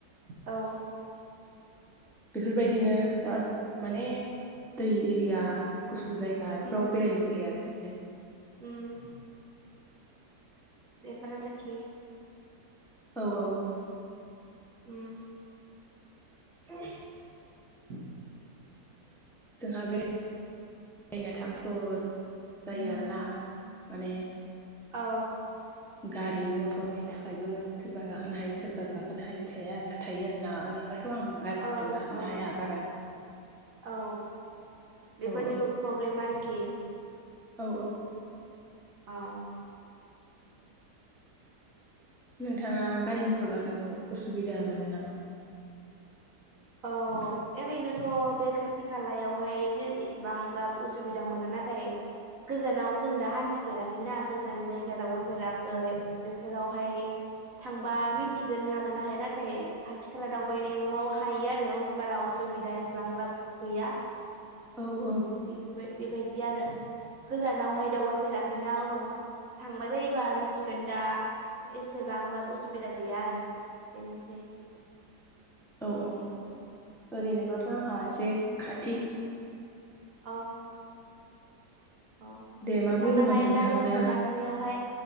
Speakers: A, on the right (about 60°); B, in the centre.
A: औ
B: बेफोरबायदिनो बिराद माने दै एरिया गुसु जायगा
A: उम
B: फ्राव बेरायनो लुुबैयो आरो बिदिनो
A: उम बेफोरा आरोखि।
B: औ औ
A: उम
B: <unintelligible>
A: <inaudible>
B: जोंहा बेरा रायनो थांथ' जायो आरोना माने
A: औ।
B: गारि मथरनि थाखायबो सोरबा गाखोनो हायि सोरबा गाखोनो हायि थाया थायो आरोना ओरैनोबा थ' आं गारि मथर
A: औ
B: गाखोनो
A: औ
B: हाया बारा।
A: औ बेफोरनिबो
B: औ
A: प्रब्लेम आरोखि।
B: औ औ।
A: औ।
B: नोंथांङा गारि मथर गाखोनायाव उसुबिदा मोनो नामा?
A: औ ओरैनोथ' बे खाथि खालायावहाय जे एसेबां लाब उसुबिदा मोना। नाथाय गोजानाव जों दा हान्थिफेरा बेना गोजान जायगा दावबायफेराखै बेफोरावहाय थांबा मिन्थिगोन हागोन ना हाया नाथाय खाथि खाला दावबायनायाव हायो आरो उस बारा असुबिदा एसेबां राब गैया।
B: औ औ
A: बेफोरबाय बेबायदि आरो गोजानावहाय दावबायफेराखै। नाव उनावहा थांबाय बायोबा मिथिगोन दा एसे बांद्राब उसुबिदा गैया आरो बेनोसै।
B: औ औ। ओरैनोबाबो आंहा एसे खाथि
A: औ। औ नोंथांनाहाय
B: दे मा बुंदोंमोन नोंथांजोआ
A: गारि मथर गाखोनायावहाय